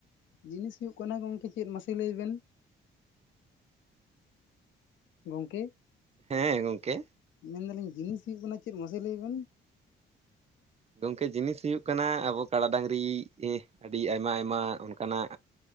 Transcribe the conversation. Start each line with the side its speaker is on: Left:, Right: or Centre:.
Left: ᱡᱤᱱᱤᱥ ᱦᱩᱭᱩᱜ ᱠᱟᱱᱟ ᱜᱚᱝᱠᱮ ᱪᱮᱫ ᱢᱟᱥᱮ ᱞᱟᱹᱭ ᱵᱮᱱ ᱜᱚᱝᱠᱮ
Right: ᱦᱮᱸ ᱜᱚᱢᱠᱮ
Left: ᱢᱮᱱᱫᱟᱞᱤᱧ ᱡᱤᱱᱤᱥ ᱦᱩᱭᱩᱜ ᱠᱟᱱᱟ ᱪᱮᱫ ᱢᱟᱥᱮ ᱞᱟᱹᱭ ᱵᱮᱱ
Right: ᱜᱚᱢᱠᱮ ᱡᱤᱱᱤᱥ ᱦᱩᱭᱩᱜ ᱠᱟᱱᱟ ᱟᱵᱚ ᱠᱟᱲᱟ ᱰᱟᱝᱨᱤ ᱮᱸᱦ ᱟᱹᱰᱤ ᱟᱭᱢᱟ ᱟᱭᱢᱟ ᱚᱱᱠᱟᱱᱟᱜ